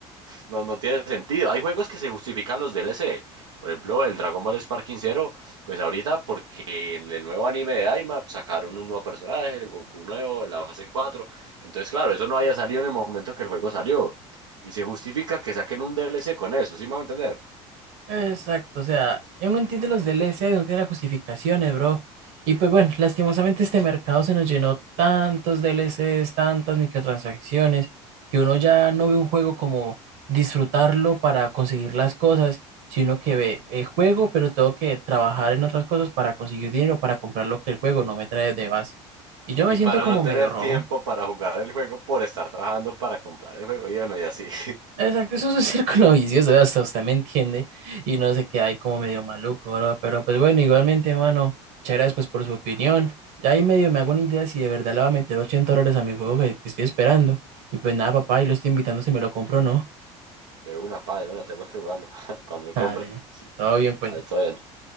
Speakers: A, on the right (about 80°); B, on the right (about 70°).
A: No, no tiene sentido. Hay juegos que se justifican los DLC. Por ejemplo, el Dragon Ball Sparking Zero, pues ahorita porque en el nuevo anime de Daima sacaron un nuevo personaje, el Goku nuevo, en la fase cuatro Entonces, claro, eso no había salido en el momento que el juego salió. Y se justifica que saquen un DLC con eso, ¿sí me va a entender?
B: Exacto, o sea, uno entiende los DLC, uno entiende las justificaciones, bro. Y pues bueno, lastimosamente este mercado se nos llenó tantos DLCs, tantas microtransacciones, que uno ya no ve un juego como disfrutarlo para conseguir las cosas, sino que ve el juego, pero tengo que trabajar en otras cosas para conseguir dinero, para comprar lo que el juego no me trae de base. Y yo
A: Y
B: me siento
A: para
B: como
A: no tener
B: medio robo.
A: tiempo para jugar el juego por estar trabajando para comprar el juego, y bueno, y así. <laughs>
B: Exacto, eso es un <laughs> círculo vicioso, hasta usted me entiende y no sé qué hay como medio maluco, bro. Pero pues bueno, igualmente, mano, muchas gracias pues por su opinión. Ya ahí medio me hago una idea si de verdad le va a meter 80 dólares a mi juego que, que estoy esperando. Y pues nada, papá, y lo estoy invitando si me lo compro o no.
A: De una, pa, de una, tengo que jugarlo <laughs> cuando lo
B: Dale,
A: compre. Sí.
B: todo bien pues.
A: A ver, todavía no.